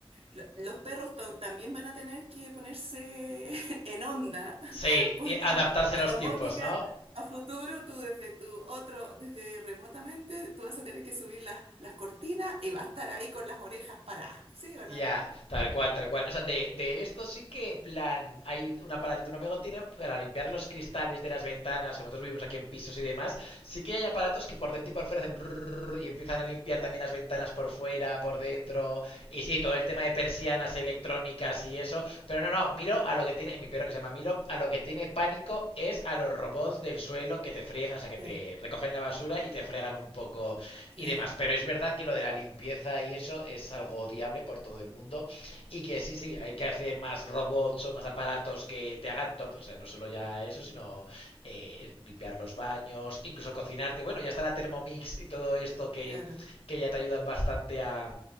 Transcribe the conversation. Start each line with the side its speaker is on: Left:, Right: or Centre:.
Right: lo- Los perros to- también van a tener que ponerse <laughs> en onda,
Left: Sí,
Right: porque
Left: eh, adaptarse
Right: la
Left: a los
Right: domótica
Left: tiempos, ¿no?
Right: a futuro, tú desde tu otro, desde remotamente, tú vas a tener que subir las, las cortinas y va a estar ahí con las orejas paradas, ¿sí o no?
Left: Ya, tal cual, tal cual. O sea, de, de esto sí que, plan, hay un aparatito, un amigo tiene para limpiar los cristales de las ventanas, como nosotros vivimos aquí en pisos y demás, sí que hay aparatos que por dentro y por fuera hacen brrrr y empiezan a limpiar también las ventanas por fuera, por dentro, y sí, todo el tema de persianas electrónicas y eso, pero no, no, Miro a lo que tiene, mi perro que se llama Milo, a lo que tiene pánico es a los robots del suelo que te friegan, o sea, que
Right: Claro,
Left: te recogen la basura y te fregan un poco
Right: claro,
Left: y demás. Pero es verdad que lo de la limpieza y eso es algo odiable por todo el mundo y que sí, sí, hay que hacer más robots o más aparatos que te hagan todo. O sea, no solo ya eso, sino eh, limpiar los baños, incluso cocinarte. Bueno, ya está la Thermomix y todo esto que,
Right: claro.
Left: que ya te ayudan bastante a